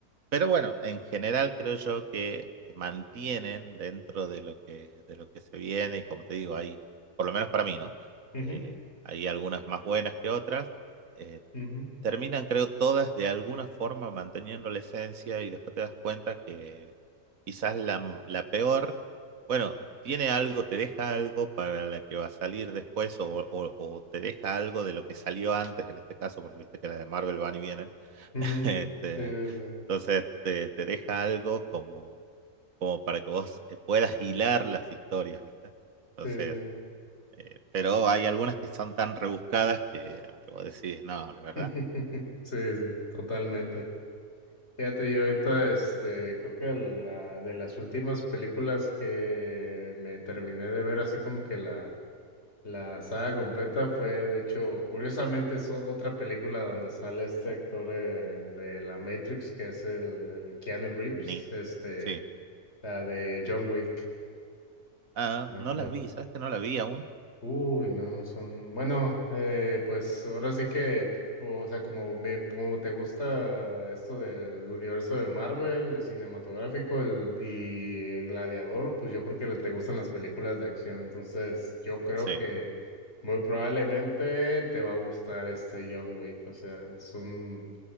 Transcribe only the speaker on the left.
ujú,
ujú,
ujú.
Sí, sí,
sí, sí,
sí, <laughs> sí, sí, totalmente. Fíjate, yo ahorita,
este, creo que la de las últimas películas que me terminé de ver, así como que la, la saga completa fue, de hecho, curiosamente es o- otra película donde sale este actor eh, el de la Matrix, que es el, el Keanu Reeves,
este,
la de John Wick.
No,
no.
Uy, no, son, bueno, eh, pues ahora sí que, o sea, como, me, como te gusta esto del universo de Marvel, el cinematográfico el, y el Gladiador, pues yo creo que le- te gustan las películas de acción, entonces yo creo
que muy probablemente te va a gustar este John Wick, o sea, es un,